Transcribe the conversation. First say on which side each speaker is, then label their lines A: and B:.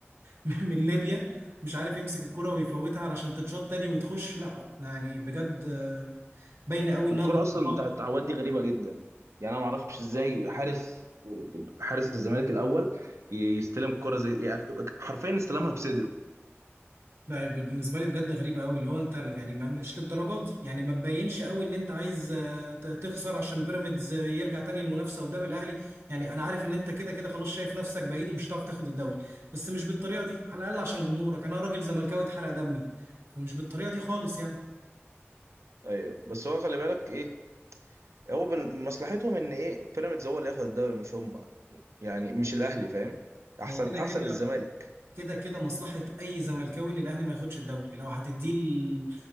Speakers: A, on the right; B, on the right.
A: <laughs> من ليبيا مش عارف يمسك الكره ويفوتها علشان تتشاط تاني وتخش لا لا يعني بجد آه، باينه قوي انها
B: الكرة
A: مطبخه
B: اصلا بتاعت التعويض دي غريبة جدا يعني انا ما اعرفش ازاي حارس حارس الزمالك الاول ي- يستلم الكرة زي يعني حرفيا استلمها بصدره
A: لا ب- بالنسبه لي بجد غريبه قوي اللي هو انت يعني ما مش للدرجه دي يعني ما تبينش قوي ان انت عايز آه، ت- تخسر عشان بيراميدز آه، يرجع تاني للمنافسه قدام الاهلي يعني انا عارف ان انت كده كده خلاص شايف نفسك بعيد ومش هتعرف تاخد الدوري بس مش بالطريقه دي على الاقل عشان جمهورك انا راجل زملكاوي اتحرق دمي فمش بالطريقه دي خالص يعني
B: ايوه بس هو خلي بالك ايه هو بن... مصلحتهم ان ايه بيراميدز هو اللي ياخد الدوري مش هم يعني مش الاهلي فاهم احسن
A: هو كده
B: احسن
A: كده
B: الزمالك
A: كده كده مصلحة أي زملكاوي إن الأهلي ما ياخدش الدوري لو هتديه ل...